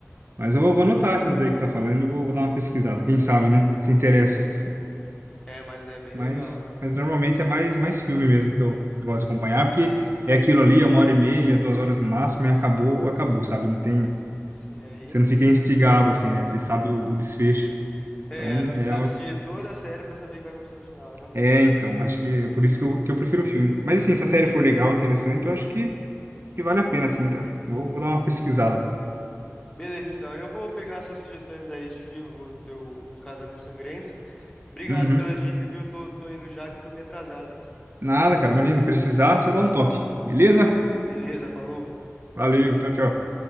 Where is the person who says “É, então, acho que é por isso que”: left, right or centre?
Right